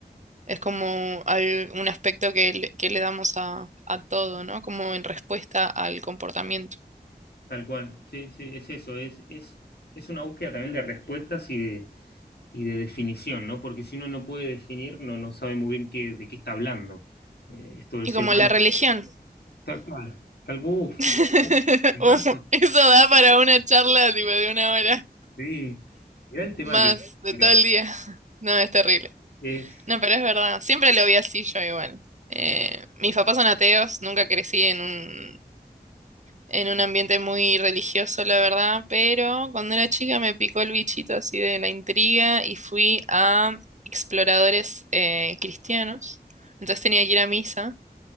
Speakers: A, on the right; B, on the left.
A: es como al- un aspecto que le, que le damos a, a todo, ¿no? Como en respuesta al comportamiento.
B: cual, sí, sí, es eso, es, es, es una búsqueda también de respuestas y de, y de definición, ¿no? Porque si uno no puede definir, no, no sabe muy bien qué, de qué está hablando. Eh, esto del
A: Y
B: ser
A: como
B: humano,
A: la religión.
B: tal cual, tal uf,
A: <laughs>
B: uf, temazo,
A: Uh, eso da para una charla tipo de una hora.
B: sí, mirá el tema
A: Más
B: que,
A: de
B: mira,
A: todo el día. <laughs> No, es terrible.
B: es,
A: No, pero es verdad. Siempre lo vi así yo igual. Eh, mis papás son ateos, nunca crecí en un, en un ambiente muy religioso, la verdad, pero cuando era chica me picó el bichito así de la intriga y fui a exploradores eh, cristianos. Entonces tenía que ir a misa.